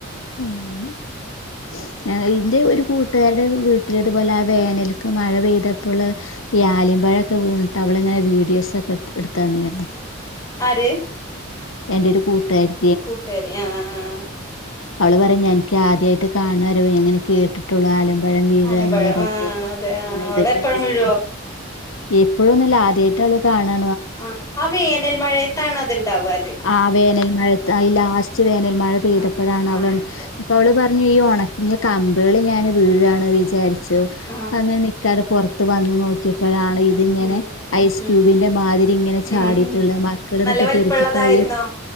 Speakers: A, on the left; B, on the left.
A: <inaudible>
B: <inaudible>
A: ഇന്റെ ഒരു കൂട്ടുകാരുടെ വീട്ടില ഇതുപോലെ ആ വേനൽക്ക് മഴ പെയ്തപ്പോള്. ഈ ആലിമ്പഴം ഒക്കെ വീണിട്ട് അവളങ്ങനെ വീഡിയോസൊക്കെ എടുത്തതന്നിരുന്നു.
B: ആര്
A: എന്റെ ഒരു കൂട്ടുകാരി
B: കൂട്ടുകാരി ആഹ ആഹാഹാ
A: അവള് പറഞ് എനിക്ക് ആദ്യയിട്ട് കണ്ണാണ് ഞാൻ അങ്ങനെ കേട്ടിട്ട് ട്ടുള്ളു. ആലിപഴം വീഴന്നുള്ളതൊക്കെ
B: ആലിമ്പഴം ആഹ് അതെ ആഹ്
A: ആ
B: അവിടെ
A: ഇതിപ്പോ
B: എപ്പഴും
A: ഇങ്ങനെ.
B: വീഴോ
A: എപ്പോഴന്നുല്ല ആദ്യായിട്ട് അവള് കാണാ
B: ആഹ ആ വേനൽ മഴയത്താണ് അത്ണ്ടാവൽ
A: ആഹ വേനൽ മഴയത് ഈ ലാസ്റ്റ് വേനൽ മഴ പെയ്തപ്പോഴാാണ്
B: ആഹ് ആഹ്
A: അവ
B: ഇണ്ട്
A: അപ്പ അവള് പറഞ്ഞു ഈ ഉണങ്ങിയ കമ്പേള് ഞാന് വീഴാണ് വിചാരിച്ചു. ച്ചു,
B: ആഹ്
A: അങ്ങനെ നിക്കാർന്നു പുറത്ത് വന്നു നോക്കിയപ്പോഴാണ്. ഇതിങ്ങനെ
B: ഉം
A: ഐസ്ക്യൂബിന്റെ
B: ഉം
A: മാതിരി ഇങ്ങനെ ചാടിയിട്ടുള്ളത്
B: ഉം
A: മക്കൾ എന്നിട്ട്
B: നല്ല വലിപ്പള്ളതായിരുന്നോ
A: പെറുക്കി താ